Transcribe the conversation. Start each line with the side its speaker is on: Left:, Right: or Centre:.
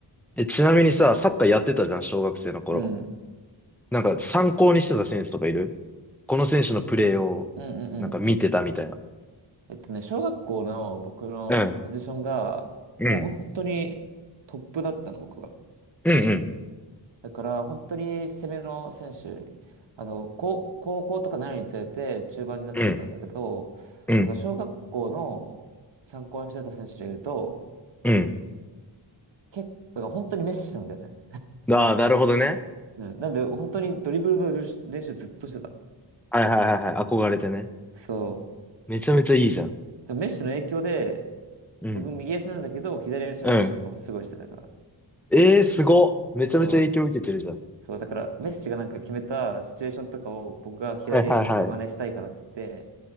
Centre: え、ちなみにさ、サッカーやってたじゃん、小学生の頃。
Right: うん
Centre: なんか参考にしてた選手とかいるこの選手のプレーを、
Right: うんうん。
Centre: なんか見てたみたいな。
Right: えっとね、小学校の僕のポジションが、
Centre: うん、うん、
Right: もう本当にトップだったの、僕が。
Centre: うん、うん、
Right: だから、本当に攻めの選手、あの、高、高校とかなるにつれて中盤になってったんだけど、
Centre: うん、うん、
Right: だから小学校の参考にしてた選手で言うと、
Centre: うん。
Right: 結構、本当にメッシなんだよね。
Centre: ああ、なるほどね。
Right: うん、なんで、本当にドリブルの練習ずっとしてた。
Centre: はいはいはいはい。憧れてね。
Right: そう。
Centre: めちゃめちゃいいじゃん。
Right: でメッシの影響で、
Centre: うん。
Right: 僕右足なんだけど、左足の練習とかもすごいしてたから。
Centre: うん。えー、すごっ。めちゃめちゃ影響受けてるじゃん。
Right: そう。そう、だから、メッシがなんか決めたシチュエーションとかを僕が左足で真似したいからっつって、
Centre: はいはいはい。